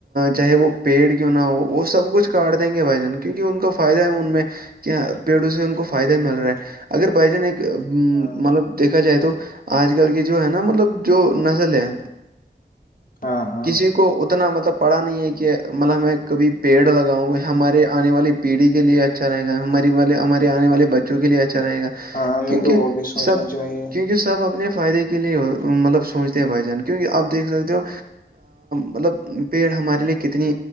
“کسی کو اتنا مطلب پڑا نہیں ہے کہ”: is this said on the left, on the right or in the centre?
Right